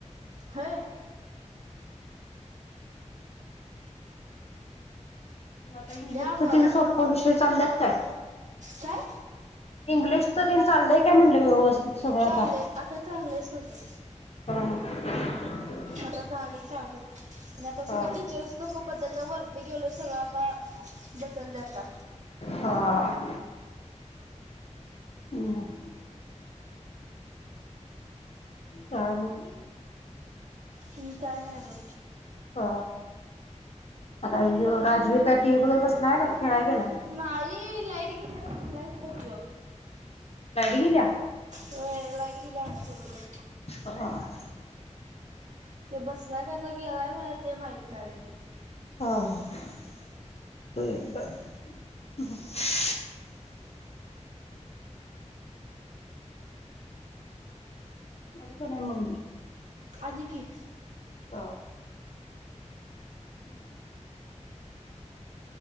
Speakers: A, on the right; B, on the left.
A: होय.
B: तुला आता इंग्लिश
A: लय आगाव आहे
B: सोप्प विषय चाल्यात काय.
A: काय?
B: इंग्लिशचं तेन चाललंय काय म्हणलं व्यवस्थित? सगळं
A: चाललंय,
B: आता?
A: आता चाललंय सगळं.
B: <inaudible>
A: आता झाली चालू. आणि आता सगळं
B: हा
A: टीचर्स लोक बदलल्या वरती गेलो, सगळं आता बदललं आता.
B: हा. <unintelligible> काय नाय.
A: टीवी काय नाही बघ.
B: हा, आता, ह्यो राजवीर का टी व्ही बघत बसलाय का खेळाय गेलाय.
A: मा आई, लाईट गेलिये बघ, लाईट गेलीय.
B: लाईट गेल्या?
A: व्हय लाईट गेली आमच्या इकडे.
B: <unintelligible>
A: ते बसलाय का आता गेलाय बाहेर, ते माहित नाही अजून
B: <unintelligible> आली की नाही मम्मी.
A: आली की.
B: हा. <unintelligible>